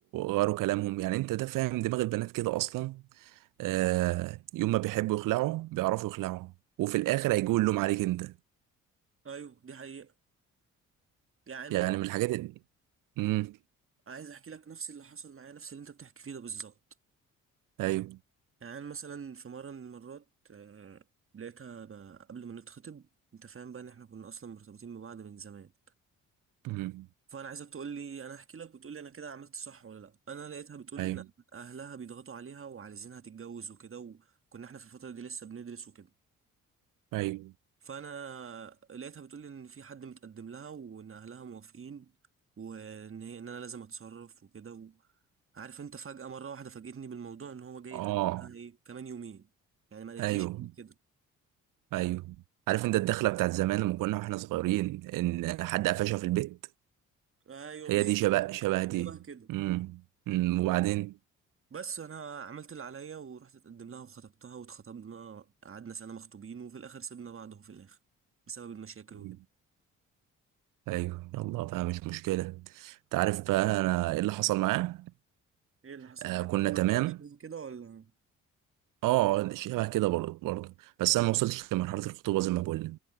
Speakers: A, on the right (about 55°); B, on the right (about 35°).
A: غيروا كلامهم يعني انت ده فاهم دماغ البنات كده اصلا آه، يوم ما بيحبوا يخلعوا بيعرفوا يخلعوا وفي الاخر هيجوا اللوم عليك انت
B: ايوه دي حقيقة يعني
A: يعني من الحاجات ال- امم
B: عايز احكي لك نفس اللي حصل معايا نفس اللي انت بتحكي فيه ده بالظبط
A: ايوه
B: يعني أنا مثلا في مره من المرات آه، لقيتها ب- قبل ما نتخطب انت فاهم بقى ان احنا كنا اصلا مرتبطين ببعض من زمان
A: مم.
B: فانا عايزك تقول لي انا احكي لك وتقول لي انا كده عملت صح ولا لا انا لقيتها بتقول
A: ايوه
B: لي ان اهلها بيضغطوا عليها وعايزينها تتجوز وكده وكنا احنا في الفتره دي لسه بندرس وكده
A: ايوه
B: فانا لقيتها بتقول لي ان في حد متقدم لها وان اهلها موافقين وان هي ان انا لازم اتصرف وكده و... عارف انت فجأة مرة واحدة فاجئتني بالموضوع ان هو جاي
A: اه
B: يتقدم لها ايه كمان يومين يعني ما قالتليش
A: ايوه
B: قبل كده
A: ايوه عارف انت الدخله بتاعت زمان لما كنا واحنا صغيرين ان حد قفشها في البيت
B: ايوه
A: هي
B: بالظبط
A: دي شبه شبه دي
B: شبه كده
A: امم أمم، وبعدين
B: بس انا عملت اللي عليا ورحت اتقدم لها وخطبتها واتخطبنا قعدنا سنة مخطوبين وفي الاخر سيبنا بعض اهو في الاخر بسبب المشاكل
A: أمم.
B: وكده
A: ايوه يلا بقى مش مشكله انت عارف بقى انا ايه اللي حصل معاه
B: ايه اللي حصل
A: آه
B: معاك
A: كنا
B: معاك
A: تمام
B: حاجة شبه كده ولا
A: اه شبه كده برضه برضه بس انا ما وصلتش لمرحله الخطوبه زي ما بقول لك